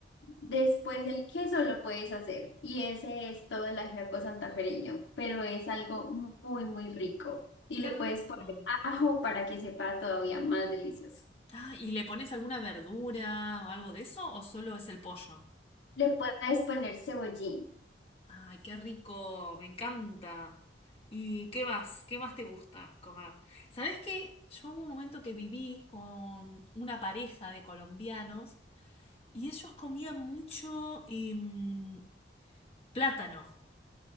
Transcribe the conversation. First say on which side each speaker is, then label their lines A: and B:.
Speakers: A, on the left; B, on the left.
A: Después del queso lo puedes hacer y ese es todo el ajiaco santafereño, pero es algo muy, muy rico y
B: Qué
A: le
B: rico.
A: puedes poner ajo para que sepa todavía más delicioso.
B: Ah, ¿y le pones alguna verdura o algo de eso o solo es el pollo?
A: Le puedes poner cebollín.
B: Ay, qué rico, me encanta. ¿Y qué más? ¿Qué más te gusta comer? ¿Sabés qué? Yo hubo un momento que viví con una pareja de colombianos y ellos comían mucho em, plátano.